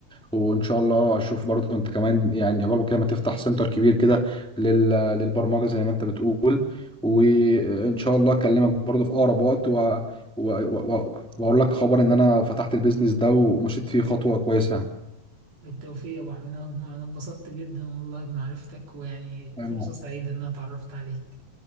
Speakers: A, in the centre; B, on the right (about 85°).
A: وان شاء الله اشوف برضو انت كمان يعني عقبال كده ما تفتح سنتر كبير كده لل- للبرمجه زي ما انت بتقول وان شاء الله اكلمك برضو في اقرب وقت و... و... و... و... واقول لك خبر ان انا فتحت البيزنس ده ومشيت فيه خطوه كويسه يعني
B: بالتوفيق يا أبو حميد أنا أضمن- أنا اتبسطت جدا والله بمعرفتك ويعني
A: انا
B: فرصة سعيدة إن أنا اتعرفت عليك